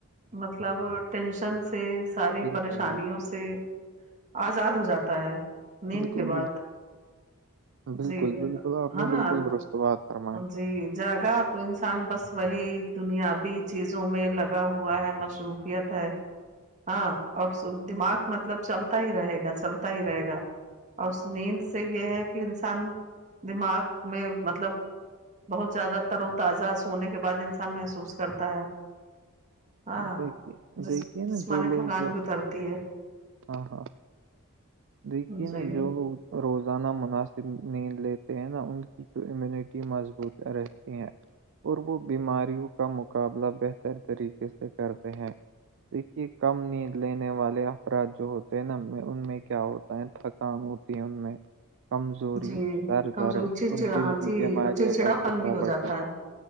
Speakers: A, on the right (about 35°); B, on the right (about 60°).
A: مطلب ٹینشن سے ساری
B: بالکل
A: پریشانیوں
B: بالکل
A: سے آزاد ہو جاتا ہے نیند
B: بالکل
A: کے بعد
B: بالکل بالکل
A: جی
B: بالکل آپ
A: ہ
B: نے بالکل
A: نا
B: درست بات فرمائی
A: جی جاگا تو انسان بس وہی دنیابی چیزوں میں لگا ہوا ہے مشر خفیت ہے ہاں اور دماغ مطلب چلتا ہی رہے گا چلتا ہی رہے گا اور اس نیند سے یہ ہے کہ انسان دماغ میں مطلب بہت زیادہ تر و تازہ سونے کے بعد انسان محسوس کرتا ہاں
B: دیکھیے
A: ج
B: دیکھیے
A: جسمانی
B: نا جو لوگ
A: تھکان
B: جو
A: بھی اترتی ہے
B: ہاں ہاں دیکھیے
A: جی
B: ن جوولو روزانہ مناسب نیند لیتے ہیں نہ ان کی جو امیونٹی مضبوط رہتی ہیں اور وہ بیماریوں کا مقابلہ بہتر طریقے سے کرتے ہیں دیکھیے کم نیند لینے والے افراد جو ہوتے ہیں نا ان میں کیا ہوتا ہے تھکان ہوتی ہے ان میں کمزوری
A: جی
B: در درد
A: کمزوری چڑچڑا
B: اور دل کی
A: جی
B: بیمارییاوں
A: چڑچڑا
B: کا خطرہ
A: پن بھی ہو
B: بڑھتا
A: جاتا ہے